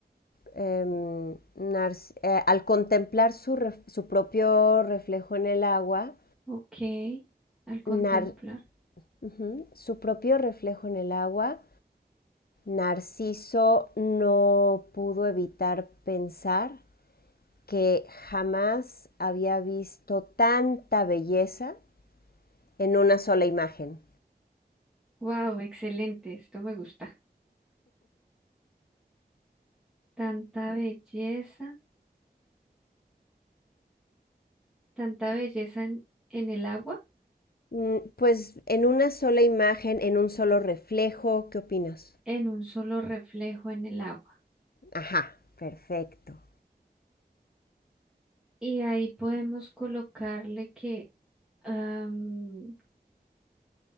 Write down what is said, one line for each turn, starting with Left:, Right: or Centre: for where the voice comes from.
Left: em, Nar- eh, al contemplar su, ref- su propio reflejo en el agua,
Centre: Ok, al contemplar.
Left: Nar- ujú, su propio reflejo en el agua, Narciso no pudo evitar pensar que jamás había visto tanta belleza en una sola imagen.
Centre: Wow, excelente, esto me gusta. Tanta belleza, tanta belleza en, en el agua,
Left: Mm, Pues en una sola imagen, en un solo reflejo, ¿qué opinas?
Centre: en un solo reflejo en el agua.
Left: Ajá, perfecto.
Centre: Y ahí podemos colocarle que am,